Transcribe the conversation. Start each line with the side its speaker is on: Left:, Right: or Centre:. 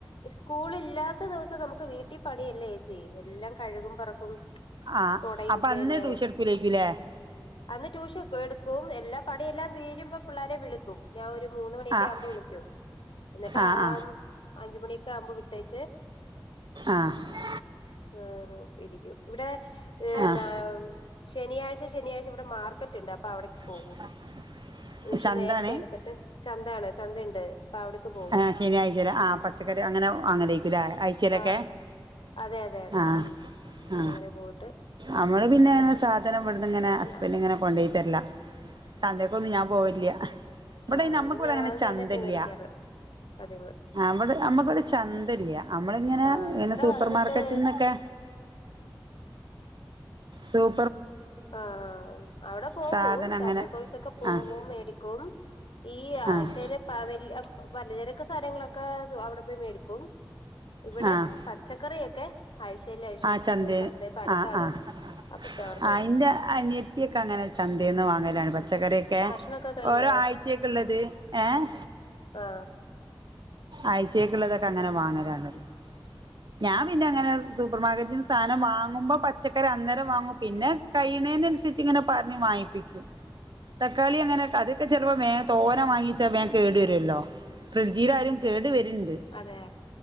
Left: സ്കൂളില്ലാത്ത ദിവസം നമുക്ക് വീട്ടിൽ പണിയല്ലേ ചേച്ചി എല്ലാം കഴുകും പറക്കും
Right: ആഹ
Left: തുടയൊക്കെ
Right: അപ്പൊ അന്ന്
Left: അല്ലേ
Right: ട്യൂഷൻ എടുക്കുലേരിക്കുല്ലേ
Left: അന്ന് ട്യൂഷൻ എടുക്കും എല്ലാ പണിയെല്ലാം തീരുമ്പോ പിള്ളേരെ വിളിക്കും ഞാൻ ഒരു മൂന്ന് മണിയൊക്കെ
Right: ആഹ്
Left: ആവുമ്പോ വിളിക്കും എന്നിട്ട്
Right: ആഹ്
Left: ആ അഞ്ച്മണിയൊക്കെ ആവുമ്പോൾ വിട്ടേച്ച്
Right: ആഹ് ആഹ്
Left: ആം ഇരിക്കും ഇവിടെ എന്നാ
Right: ആഹ്
Left: ശനിയാഴ്ച ശനിയാഴ്ച ഇവിടെ മാർക്കറ്റ് ഉണ്ട് അപ്പൊ അവിടേക്ക് പോകും
Right: <inaudible>
Left: ട്യൂഷൻ
Right: ചന്താണ്
Left: നേരത്തെ എടുത്തിട്ട് ചന്തയാണ് ചന്തഇണ്ട് അപ്പ അവിടേക്ക് പോകും
Right: ആഹ് ശനിയാഴ്ചയില് ആഹ് പച്ചക്കറി അങ്ങനെ അങ്ങനെവാങ്ങാകരിക്കുംല്ലേ അയച്ചയിലൊക്കെ
Left: ആ അതെ അതെ അതെ
Right: ആഹ് ആ
Left: അങ്ങനെ പോയിട്ട്
Right: നമ്മള് പിന്നെ
Left: വരും
Right: സാധനം ഇടുന്നങ്ങനെ
Left: എല്ലാം
Right: ഹസ്ബൻന്റ് ഇങ്ങനെ കൊണ്ട് - തർലാ ചന്തക്കൊന്നും ഞാൻ പോവില്ല ഇവിടെ
Left: ആ
Right: നമ്മുക്കിവിടെ
Left: ഞാൻ
Right: അങ്ങനെ ചന്തയില്ല
Left: തന്നെ ഇപ്പ മേടിക്കാറ് പതിവ്
Right: അവിടെ നമ്മക്ക് ഇവിടെ ചന്തയില്ല നമ്മള ഇങ്ങനെ
Left: ആ ഇവിടെ
Right: സൂപ്പർമാർക്കറ്റന്നൊക്കെ
Left: വന്നിട്ട് <inaudible>
Right: സോ
Left: ആഹ അവിടെ പോകും
Right: സാധനം അങ്ങനെ
Left: സപ്ലൈക്കോക്കൊ പോകും,
Right: ആഹ്
Left: മേടിക്കും. ഈ ആഴ്ചയിൽ
Right: ആഹ്
Left: പ വലിയ പലചരൊക്കെ സാധനങ്ങളൊക്കെ അവിടെ പോയി മേടിക്കും ഇവിടെ
Right: ആഹ്
Left: പച്ചക്കറിയൊക്കെ ആഴ്ചയില് ആഴ്ചേൽ
Right: ആഹ് ചന്തേ
Left: പോയി, ചന്തപ്പൊ അടുത്താണ്
Right: ആഹ് ആഹ്
Left: അപ്പൊപ്പ എവിടെമേടിക്കും
Right: ആ ഇന്റെ അനിയത്തിയൊക്കെ അങ്ങനെ ചന്തേന്ന് വാങ്ങലാണ് പച്ചക്കറിയൊക്കെ
Left: ഭക്ഷണൊക്കെ കഴിഞ്ഞോ
Right: ഓരോ ആഴ്ചയൊക്ക ഉള്ളത്. ഏഹ്
Left: ഒ
Right: ആഴ്ചേക്കുള്ളതൊക്കെ അങ്ങനെ വാങ്ങലാണത്, ഞാൻ പിന്നെ അങ്ങനെ സൂപ്പർ മാർക്കറ്റിന്ന് സാനം വാങ്ങുമ്പോ പച്ചക്ക അന്നരം വാങ്ങും
Left: ആഹ്
Right: പിന്നെ കഴ്ണയ്നനുസരിച്ച് ഇങ്ങനെ പറഞ് വാങ്ങിപ്പിക്കും തക്കാളി അങ്ങനെ അതൊക്കെ ചെലെപ്പോ തോനെ വാങ്ങിച്ചാൽ കേട് വരുമല്ലോ ഫ്രിഡ്ജൽ ആയാലും കേട് വരുണ്ട്
Left: അതെ